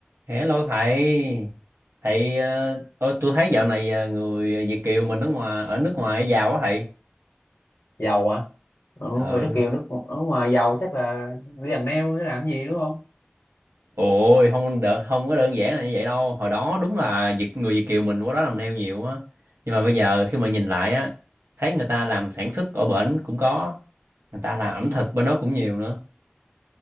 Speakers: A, on the right; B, on the left.
A: Hello thầy thầy ờ, ôi, tôi thấy dạo này ờ, người Việt kiều mình ở ngoài ở nước ngoài giàu quá thầy
B: dầu hả ừ,
A: ừ
B: người nước kiều nước ở ngoài giàu chắc là đi làm nail để làm gì đúng không
A: ôi không đợ, không có đơn giản là như vậy đâu hồi đó đúng là Việt người Việt kiều mình qua đó làm neo nhiều á nhưng mà bây giờ khi mà nhìn lại á thấy người ta làm sản xuất ở bển cũng có người ta làm ẩm thực bên đó cũng nhiều nữa